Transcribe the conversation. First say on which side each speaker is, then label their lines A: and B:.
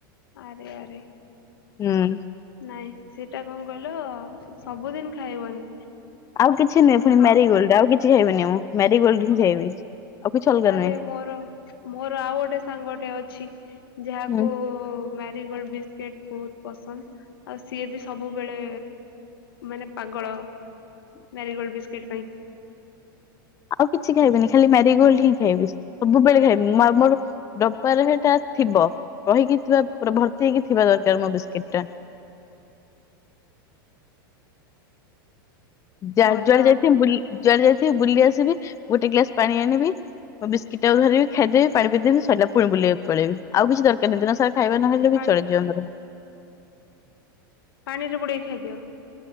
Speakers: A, on the left; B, on the left.
A: ଆରେ ଆରେ।
B: ହୁଁ।
A: ନାଇଁ ସେଟା କଣ କହିଲ ସବୁଦିନ ଖାଇବନି।
B: ଆଉ କିଛି ନୁହେଁ ପୁଣି
A: ଖାଅ
B: ମ୍ୟାରିଗୋଲ୍ଡ ଆଉ କିଛି ଖାଇବିନି ମୁଁ ମ୍ୟାରିଗୋଲ୍ଡ ହିଁ ଖାଇବି। ଆଉ କିଛି ଅଲଗା
A: ଆରେ
B: ନୁହେଁ
A: ମୋର ମୋର ଆଉ ଗୋଟେ ସାଙ୍ଗଟେ ଅଛି ଯାହାକୁ
B: ହୁଁ।
A: ମ୍ୟାରିଗୋଲଡ ବିସ୍କୁଟ ବହୁତୁ ପସନ୍ଦ ଆଉ ସିଏ ବି ସବୁବେଳେ। ମାନେ ପାଗଳ ମ୍ୟାରିଗୋଲଡ ବିସ୍କୁିଟ ପାଇଁ।
B: ଆଉ କିଛି ଖାଇବିନି ଖାଲି ମ୍ୟାରିଗୋଲ୍ଡ ହିଁ ଖାଇବି ସବୁବେଳେ ଖାଇବି ମୋର। ଡ଼ବାରେ ସେଟା ଥିବ ରହିକି ଥିବା ପୁରା ଭର୍ତ୍ତି ହେଇକି ଥିବା ଦରକାର ମୋ ବିସ୍କିଟଟା। ଜୁଆଡ଼େ
A: ଭଲ ଆଉ
B: ଯାଇଥିବି ଜୁଆଡ଼େ ଯାଇଥିବି ବୁଲି ଆସିବି ଗୋଟେ ଗ୍ଲାସ ପାଣି ଆଣିବି। ମୁ ବିସ୍କୁଟାକୁ ଧରିବୀ ଖାଇଦେବି ପାଣି ପିଦେବି ସରିଲା ପୁଣି ବୁଲିବାକୁ ପଳେଇବି ଆଉ କିଛି ଦରକାର ନାହିଁ ଦିନସାରା। ଖାଇବା ନହେଲେ
A: ପାଣି
B: ବି ଚଳିଯିବ ମୋର।
A: ପାଣିରେ ବୁଡେଇ ଖାଇଦିଅ।